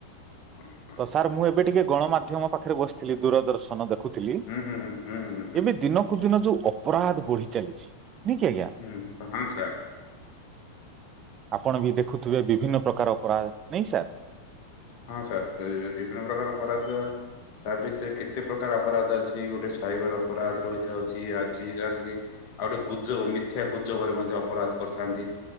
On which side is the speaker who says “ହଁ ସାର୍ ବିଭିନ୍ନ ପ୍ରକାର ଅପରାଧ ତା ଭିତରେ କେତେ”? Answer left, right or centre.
Left